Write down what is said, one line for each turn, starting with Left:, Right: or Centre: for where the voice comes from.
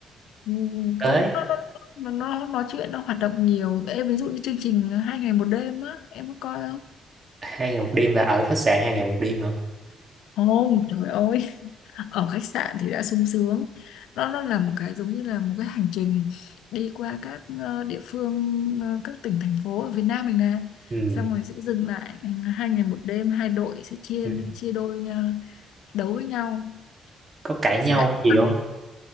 Left: Ừm,
Right: đấy
Left: cũng nó nó nó nó nói chuyện nó hoạt động nhiều em ví dụ như chương trình hai ngày một đêm á em có coi
Right: hai ngày một đêm là ở khách sạn hai ngày một đêm hả
Left: Ôi trời ơi ở khách sạn thì đã sung sướng nó nó là một cái giống như là một cái hành trình đi qua các ờ, địa phương ờ, các tỉnh thành phố ở Việt Nam mình nè
Right: ừ,
Left: xong rồi sẽ dừng lại ờ, hai ngày một đêm hai đội sẽ chia
Right: ừ.
Left: chia đôi ờ, đấu với nhau
Right: có cãi nhau
Left: sẽ
Right: gì
Left: ăn
Right: không